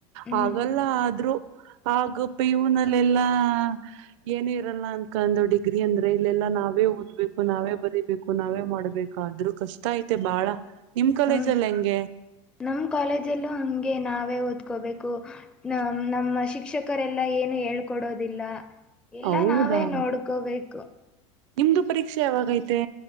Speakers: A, in the centre; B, on the right.
A: ಹ್ಮ್
B: ಹಾಗಲ್ಲ ಆದ್ರೂ ಆಗಪ್ಪ ಇವನಲ್ಲೆಲ್ಲಾ ಏನ ಇರಲ್ಲ ಅಂತಕಂದು ಡಿಗ್ರಿ ಅಂದ್ರೆ ಇಲ್ಲೆಲ್ಲಾ ನಾವ ನಾವೇ ಓದ್ಬೇಕು ನಾವೇ ಬರಿೀಬೇಕು ನಾವೇ ಮಾಡ್ಬೇಕು ಆದ್ರೂ ಕಷ್ಟ ಐತೆ ಬಾಳ ನಿಮ್ ಕಾಲೇಜಲ್ಲಿ
A: ಹ್ಮ್
B: ಹೆಂಗೆ
A: ನಮ್ ಕಾಲೇಜಲ್ಲೂ ಹಂಗೆ ನಾವೇ ಓದ್ಕೋಬೇಕು ನ ನಮ್ಮ ಶಿಕ್ಷಕರೆಲ್ಲ ಏನು ಹೇಳ್ಕೊಡೋದಿಲ್ಲ. ಇಲ್ಲ
B: ಹೌದಾ
A: ನಾವೇ ನೋಡ್ಕೋಬೇಕು.
B: ನಿಮ್ದು ಪರೀಕ್ಷೆ ಯಾವಾಗೈತೆ.